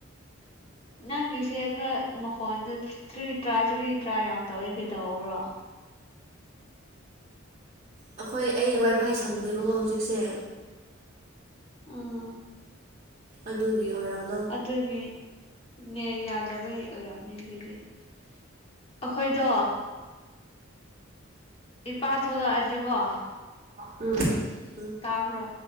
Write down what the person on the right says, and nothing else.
ꯑꯩꯈꯣꯏ ꯑꯩ ꯋꯥꯏꯐꯥꯏ ꯁꯝꯗꯦꯕꯀꯣ ꯍꯧꯖꯤꯛꯁꯦ
ꯑꯗꯨꯒꯤ ꯑꯣꯏꯔꯝ
ꯗꯣ ꯎꯝ <unintelligible> <inaudible>